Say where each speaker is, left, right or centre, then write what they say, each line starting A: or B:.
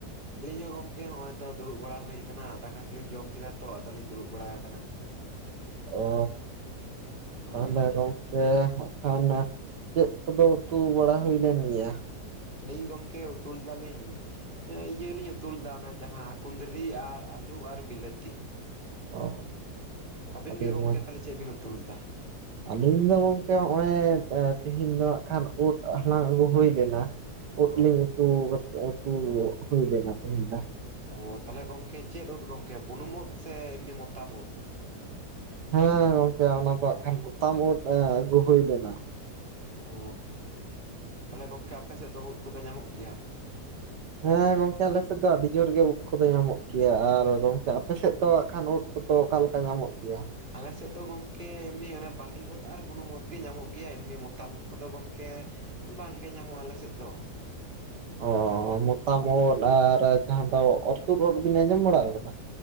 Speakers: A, on the right (about 30°); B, on the right (about 80°).
A: ᱟᱞᱤᱧ ᱦᱚᱸ ᱜᱚᱢᱠᱮ ᱦᱚᱸᱜᱼᱚᱭ ᱛᱚ ᱫᱩᱲᱩᱵ ᱵᱟᱲᱟ ᱦᱩᱭ ᱟᱠᱟᱱᱟ᱾ ᱫᱟᱠᱟ ᱠᱚᱞᱤᱧ ᱡᱚᱢ ᱠᱮᱫᱟ ᱛᱚ ᱟᱫᱚᱞᱤᱧ ᱫᱩᱲᱩᱵ ᱵᱟᱲᱟ ᱟᱠᱟᱱᱟ᱾
B: ᱚ
A: ᱦᱳᱭ
B: ᱛᱟᱦᱚᱞᱮ
A: ᱦᱳᱭ
B: ᱜᱚᱢ ᱠᱮ ᱦᱟᱸᱜ ᱠᱷᱟᱱ ᱪᱮᱫ ᱠᱚᱫᱚ ᱩᱛᱩ ᱵᱟᱲᱟ ᱦᱩᱭ ᱞᱮᱱ ᱜᱮᱭᱟ?
A: ᱟᱞᱤᱧ ᱜᱚᱢᱠᱮ ᱩᱛᱩ ᱞᱮᱫᱟᱞᱤᱧ ᱮ ᱤᱭᱟᱹ ᱞᱤᱧ ᱩᱛᱩ ᱞᱮᱫᱟ ᱚᱱᱮ ᱡᱟᱦᱟᱸ ᱠᱩᱫᱽᱨᱤ ᱟᱨ ᱟᱞᱩ ᱟᱨ ᱵᱤᱞᱟᱹᱛᱤ᱾
B: ᱚ
A: ᱟᱵᱤᱱ
B: ᱟᱹᱰᱤ
A: ᱜᱮ ᱜᱚᱝᱠᱮ
B: ᱢᱚᱸᱡᱽ
A: ᱛᱟᱦᱞᱮ ᱪᱮᱫ ᱵᱤᱱ ᱩᱛᱩ ᱞᱮᱫᱟ?
B: ᱟᱹᱞᱤᱧ ᱫᱚ ᱜᱚᱝᱠᱮ ᱦᱚᱸᱜᱼᱚᱭ ᱮᱸ ᱛᱤᱦᱤᱧ ᱫᱚ ᱦᱟᱸᱜ ᱠᱷᱟᱱ ᱩᱫ ᱦᱟᱞᱟᱝ ᱟᱹᱜᱩ ᱦᱩᱭ ᱞᱮᱱᱟ᱾ ᱩᱫ
A: ᱚ
B: ᱞᱤᱧ ᱩᱛᱩ ᱩᱛᱩ ᱠᱟᱫᱟ ᱛᱮᱦᱮᱧ ᱫᱚ।
A: ᱚ ᱛᱟᱦᱚᱞᱮ ᱜᱚᱢᱠᱮ ᱪᱮᱫ ᱳᱫᱽ ᱜᱚᱢᱠᱮ ᱵᱩᱱᱩᱢ ᱳᱫᱽ ᱥᱮ ᱮᱢᱱᱤ ᱢᱚᱛᱟᱢ ᱳᱫᱽ?
B: ᱦᱮᱸ ᱜᱚᱝᱠᱮ ᱚᱱᱟ ᱫᱚ ᱦᱟᱸᱜ ᱠᱷᱟᱱ ᱢᱚᱛᱟᱢ ᱳᱫᱽ ᱟᱹᱜᱩ ᱦᱩᱭ ᱞᱮᱱᱟ᱾
A: ᱳ ᱛᱟᱦᱚᱞᱮ ᱜᱚᱝᱠᱮ ᱟᱯᱮ ᱥᱮᱫ ᱫᱚ ᱳᱫᱽ ᱠᱚᱫᱚ ᱧᱟᱢᱚᱜ ᱜᱮᱭᱟ?
B: ᱦᱮᱸ ᱜᱚᱝᱠᱮ ᱟᱞᱮ ᱥᱮᱫ ᱫᱚ ᱟᱹᱰᱤ ᱡᱳᱨ ᱜᱮ ᱳᱫᱽ ᱠᱚᱫᱚ ᱧᱟᱢᱚᱜ ᱜᱮᱭᱟ ᱟᱨ ᱜᱚᱢᱠᱮ ᱟᱯᱮ ᱥᱮᱫ ᱫᱚ ᱦᱟᱸᱜ ᱠᱷᱟᱱ ᱳᱫᱽ? ᱠᱚᱫᱚ ᱚᱠᱟ ᱞᱮᱠᱟ ᱧᱟᱢᱚᱜ ᱜᱮᱭᱟ?
A: ᱟᱞᱮ ᱥᱮᱫ ᱫᱚ ᱜᱚᱢᱠᱮ ᱮᱢᱱᱤ ᱚᱱᱟ ᱵᱟᱹᱞᱤ ᱳᱫᱽ ᱟᱨ ᱵᱩᱱᱩᱢ ᱳᱫᱽ ᱜᱮ ᱧᱟᱢᱚᱜ ᱜᱮᱭᱟ ᱮᱢᱱᱤ ᱢᱚᱛᱟᱢ ᱳᱫᱽ ᱠᱚᱫᱚ ᱜᱚᱢᱠᱮ ᱵᱟᱝ ᱜᱮ ᱧᱟᱢᱚᱜᱼᱟ ᱟᱞᱮᱥᱮᱫ ᱫᱚ᱾
B: ᱚ ᱢᱚᱛᱟᱢ ᱳᱫᱽ ᱟᱨ ᱡᱟᱦᱟᱸ ᱫᱚ ᱚᱨ ᱛᱩᱫ ᱳᱫᱽ ᱵᱤᱱ ᱟᱸᱡᱚᱢ ᱵᱟᱲᱟ ᱟᱠᱟᱫᱟ?